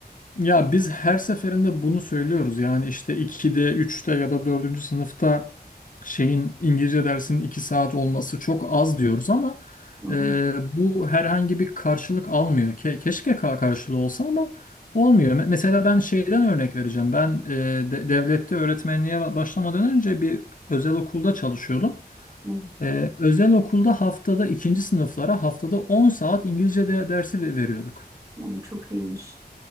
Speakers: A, on the left; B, on the right.
A: Ya biz her seferinde bunu söylüyoruz. Yani işte 2'de, üçte ya da dördüncü sınıfta şeyin İngilizce dersinin 2 saat olması çok az diyoruz ama
B: Hı hı.
A: e, bu herhangi bir karşılık almıyor. Ke- keşke ka- karşılığı olsa ama olmuyor. Me- mesela ben şeyden örnek vereceğim. Ben e, de- devlette öğretmenliğe ba- başlamadan önce bir özel okulda çalışıyordum.
B: Evet.
A: E, özel okulda haftada ikinci sınıflara haftada 10 saat İngilizce de dersi ve- veriyorduk.
B: Yani çok iyiymiş.